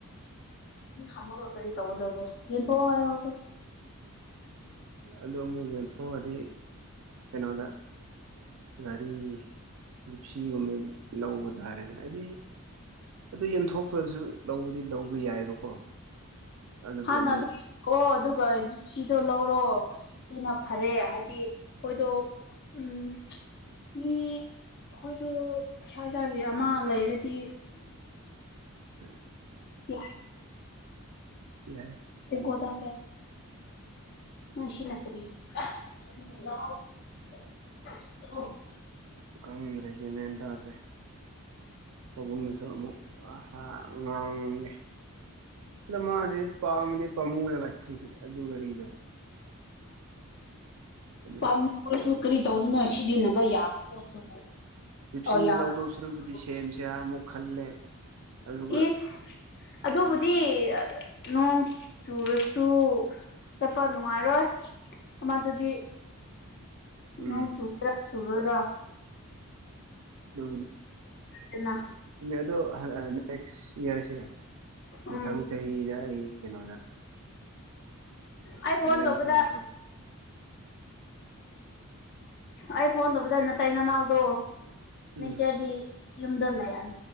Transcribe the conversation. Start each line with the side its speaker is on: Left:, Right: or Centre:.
Left: ꯑꯗꯨ ꯊꯝꯃꯒ ꯀꯔꯤ ꯇꯧꯒꯗꯧꯔꯣ ꯌꯦꯟꯊꯣꯛꯑꯣ ꯍꯥꯏꯌꯣꯗ
Right: ꯑꯗꯨ ꯑꯃꯨꯛ ꯌꯦꯟꯊꯣꯛꯑꯗꯤ ꯀꯩꯅꯣꯗ ꯔꯤ ꯖꯤꯞꯁꯤꯒꯨꯝꯕ ꯂꯧꯕ ꯇꯥꯔꯦꯅꯦ ꯍꯥꯏꯗꯤ ꯑꯗꯨ ꯌꯦꯟꯊꯣꯛꯈ꯭ꯔꯁꯨ ꯂꯧꯕꯗꯤ ꯂꯧꯕ ꯌꯥꯏꯕꯀꯣ ꯑꯗꯨꯕꯨ
Left: ꯍꯥꯟ
Right: ꯑꯃꯨꯛ
Left: ꯅ ꯑꯗꯨ ꯑꯣ ꯑꯗꯨ ꯀꯖ ꯁꯤꯗꯣ ꯂꯧꯔꯣ ꯑꯗꯨꯅ ꯐꯔꯦ ꯍꯥꯏꯗꯤ ꯍꯣꯏꯗꯣ ꯎꯝ ꯃꯤ ꯑꯩꯈꯣꯏꯁꯨ ꯏꯁꯥ ꯏꯁꯥꯒꯤ ꯑꯃ ꯂꯩꯔꯗꯤ
Right: ꯎꯝ
Left: ꯌꯥ
Right: ꯌꯥꯏ
Left: ꯀꯣꯗ ꯃꯟꯁꯤ ꯅꯀꯔꯤ <inaudible> <unintelligible>
Right: ꯀꯪꯗ꯭ꯔꯒꯦ ꯃꯦꯟ ꯇꯥꯗ꯭ꯔꯦ ꯄꯥꯕꯨꯡꯅꯁꯨ ꯑꯃꯨꯛ ꯉꯡ ꯉꯥꯡꯉꯦ ꯂꯃꯥꯁꯦ ꯄꯥꯝꯃꯗꯤ ꯄꯥꯝꯃꯨꯑꯕ ꯁꯤꯁ ꯑꯗꯨꯒꯔꯤꯗꯣ ꯑꯗꯨꯒꯤ
Left: ꯄꯥꯝꯃꯨꯔꯁꯨ ꯀꯔꯤ ꯇꯧꯗꯣꯏꯅꯣ ꯁꯤꯖꯤꯟꯅꯕ ꯌꯥꯕ ꯄꯣꯠꯇꯨꯕꯨ
Right: ꯞꯁꯤ
Left: ꯑ ꯌꯥꯗꯕ
Right: ꯂꯧꯗꯧꯁꯤꯨꯔꯕꯨꯗꯤ
Left: ꯄꯣꯠꯇꯨꯕꯨ
Right: ꯁꯦꯝꯁꯤꯔꯥ ꯑꯃꯨꯛ ꯈꯜꯂꯦ ꯑꯗꯨꯒ
Left: ꯏꯁ ꯑꯗꯨꯕꯨꯗꯤ ꯅꯣꯡ ꯆꯨꯔꯁꯨ ꯆꯠꯄ ꯅꯨꯡꯉꯥꯏꯔꯣꯏ ꯑꯃꯗꯨꯗꯤ
Right: ꯎꯝ
Left: ꯅꯣꯡ ꯆꯨꯣꯏꯔꯥ ꯆꯨꯔꯣꯏꯔꯣ
Right: ꯗ
Left: ꯗꯅ
Right: ꯑꯗꯣ ꯅꯦꯛꯁꯔꯁꯦ
Left: ꯎꯝ
Right: ꯃꯊꯪ ꯆꯍꯤꯗ ꯑꯩ ꯀꯩꯅꯣꯗ
Left: ꯑꯩ ꯐꯣꯟ
Right: ꯂꯩꯁꯤꯔ
Left: ꯇꯄꯗ
Right: ꯇꯧꯕꯅꯤ
Left: ꯑꯩ ꯐꯣꯟ ꯇꯧꯕꯗ ꯅ ꯇꯥꯏ ꯅꯅꯥꯎꯗꯣ
Right: ꯎꯝ
Left: ꯅꯆꯔꯗꯤ ꯌꯨꯝꯗ ꯂꯩꯍꯟ